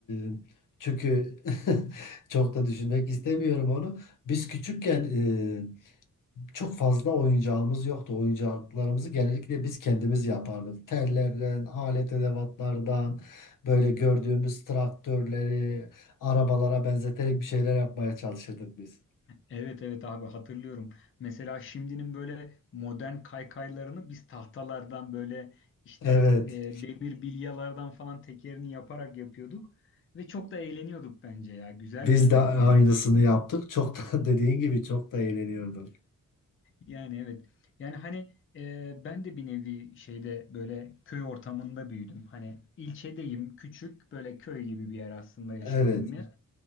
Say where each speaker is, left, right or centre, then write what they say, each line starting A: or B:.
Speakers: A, on the left; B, on the left.
A: e, çünkü <laughs> çok da düşünmek istemiyorum onu. Biz küçükken e, çok fazla oyuncağımız yoktu. Oyuncaklarımızı genellikle biz kendimiz yapardık. Tellerden, alet edevatlardan, böyle gördüğümüz traktörleri, arabalara benzeterek bir şeyler yapmaya çalışırdık biz.
B: Evet evet abi hatırlıyorum. Mesela şimdinin böyle modern kaykaylarını biz tahtalardan böyle işte
A: Evet.
B: e, demir bilyalardan falan tekerini yaparak yapıyorduk. Ve çok da eğleniyorduk bence ya. Güzel
A: Biz
B: günlerdi
A: de aynısını
B: yani.
A: yaptık. Çok da <laughs> dediğin gibi çok da eğleniyorduk.
B: Yani evet. Yani hani e, ben de bir nevi şeyde böyle köy ortamında büyüdüm. Hani ilçedeyim, küçük böyle köy gibi bir yer aslında yaşadığım
A: Evet.
B: yer.